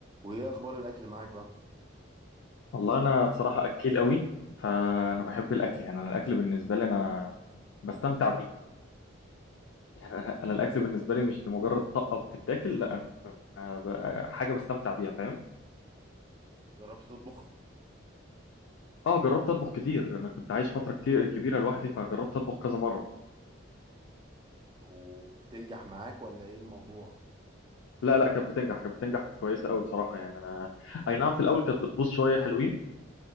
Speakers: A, on the right; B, on the left.
A: وايه اخبار الاكل معاك بقى
B: والله انا بصراحه اكيل قوي فانا بحب الاكل يعني انا الاكل بالنسبه لي انا بستمتع بيه يعني انا أنا الاكل بالنسبه لي مش لمجرد طقه بتتاكل لا أنا ب- حاجه بستمتع بيها فاهم
A: جربت تطبخ
B: اه جربت اطبخ كتير انا كنت عايش فتره كتير كبيره لوحدي فجربت اطبخ كذا مره
A: وتنجح معاك ولا ايه الموضوع
B: لا لا كانت بتنجح كانت بتنجح كويسه قوي بصراحه يعني انا اي نعم في الاول كانت بتبوظ شويه حلوين